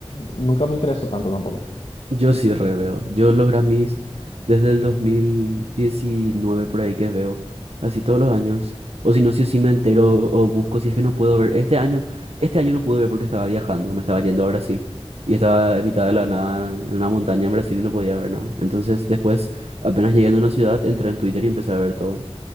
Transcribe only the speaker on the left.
nunca me interesó tanto tampoco.